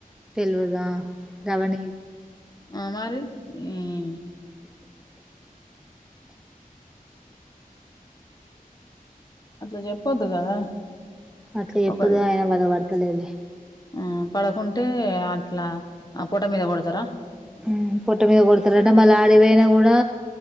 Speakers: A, in the centre; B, on the left (about 25°).
A: తెల్వద రవణి
B: ఆ మరి మ్మ్ అట్లా చెప్పొద్దు కదా
A: అట్లా చెప్పదు
B: ఒకది
A: ఆయన బల పడతలేడిలే
B: ఆ పడకుంటే అట్లా ఆ ప పోట మీద కొడతారా
A: మ్మ్ పొట్ట మీద కొడతారుంటే మళ్ళ ఆడవైనా కూడా